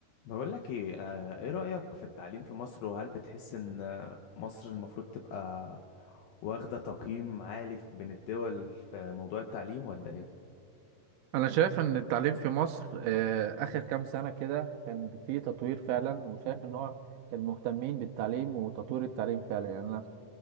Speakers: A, on the left (about 75°); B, on the right (about 80°).
A: بقول لك ايه آه، ايه رأيك في التعليم في مصر وهل بتحس ان آه، مصر المفروض تبقى واخدة تقييم عالي في- بين الدول في موضوع التعليم ولا ايه
B: انا شايف ان التعليم في مصر آه، اخر كام سنة كده كان فيه تطوير فعلا وشايف ان هو كان مهتمين بالتعليم وتطوير التعليم فعلا يعني انا